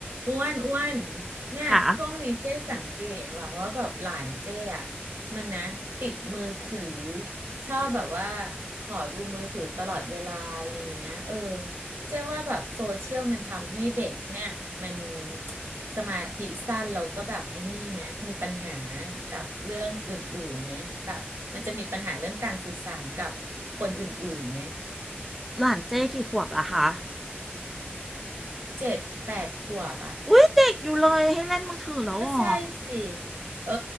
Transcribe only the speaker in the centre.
ค่ะ
หลานเจ้กี่ขวบละคะ
อุ๊ยเด็กอยู่เลยให้เล่นมือถือแล้วเหรอ